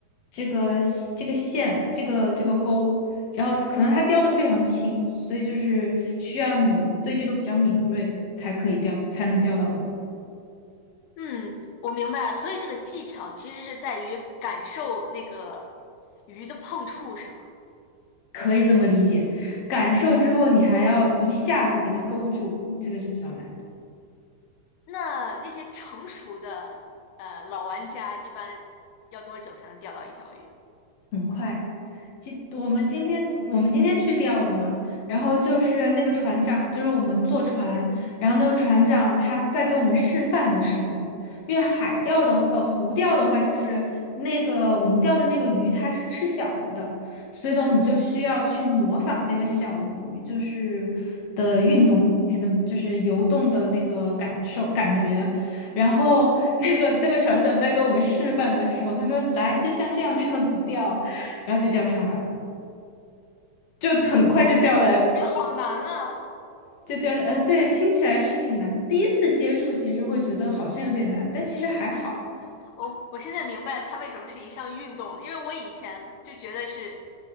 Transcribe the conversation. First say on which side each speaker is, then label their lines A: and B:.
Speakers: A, on the left (about 50°); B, on the left (about 90°).
A: 这个这个线，这个这个钩，然后可能它叼的非常轻，所以就是需要你对这个比较敏锐才可以钓，才能钓到鱼，
B: 嗯，我明白了，所以这个技巧其实是在于感受那个鱼的碰触，是吗？
A: 可以这么理解。感受之后，你还要一下子给它勾住，这个是比较难的，
B: 那那些成熟的呃老玩家一般要多久才能钓到一条鱼？
A: 很快。今我们今天我们今天去钓的嘛，然后就是那个船长，就是我们坐船，然后那个船长他在给我们示范的时候，因为海钓的呃湖钓的话，就是那个我们钓的那个鱼它是吃小鱼的，所以呢我们就需要去模仿那个小鱼就是的运动，
B: 嗯哼，
A: 你可以这么就是游动的那个感受感觉，然后那个那个船长在给我们示范的时候，他说来就像这样这样子钓。然后就钓上来了，就很快就钓来，
B: 哦，听起来听起来好难啊！
A: 就钓，呃，对，听起来是挺难的。第一次接触其实会觉得好像有点难，但其实还好。
B: 我我现在明白它为什么是一项运动了因为我以前就觉得是